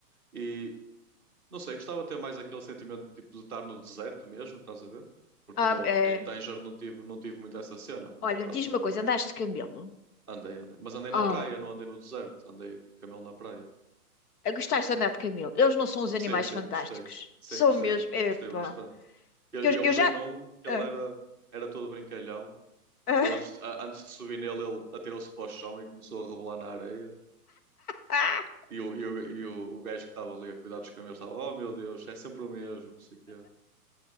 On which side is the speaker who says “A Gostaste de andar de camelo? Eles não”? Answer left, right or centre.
Left